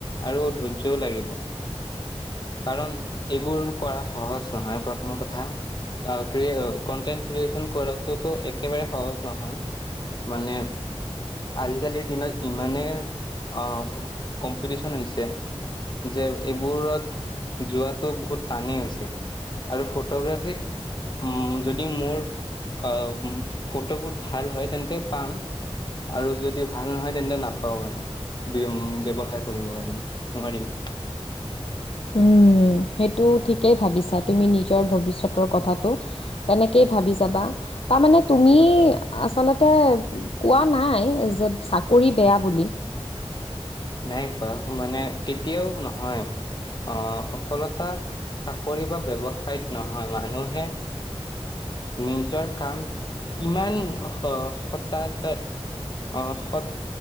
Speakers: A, on the left (about 45°); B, on the left (about 65°).
A: আৰু ধৈৰ্যও লাগিব। কাৰণ এইবোৰ কৰা সহজ নহয় প্ৰথম কথা। আ ক্ৰিয়ে কনটেন্ট ক্ৰিয়েচন কৰাটোতো একেবাৰে সহজ নহয়। মানে। আজিকালিৰ দিনত ইমানেই অ কম্পিটিচন হৈছে যে এইবোৰত যুৱাটু বহুত তানেই হৈছে আৰু ফটোগ্ৰাফিক উম যদি মোৰ আ ফটোবোৰ ভাল হয় তেন্তে পাম আৰু যদি ভাল নহয় তেন্তে নাপাওঁ মানে ব্য ব্যৱসায় কৰিব কাৰণে নোৱাৰিম <inaudible>
B: <inaudible> সেইটো ঠিকেই ভাবিছা তুমি নিজৰ ভৱিষ্যতৰ কথাটো তেনেকেই ভাবি যাবা তামানে তুমি আচলতে কোৱা নাই যে চাকৰি বেয়া বুলি
A: নাই কোৱা মানে কেতিয়াও নহয় অহ সফলতা চাকৰি বা ব্যৱহাযিত নহয় মানুহে নিজৰ কাম কিমান হ হতাহতে অ সৎ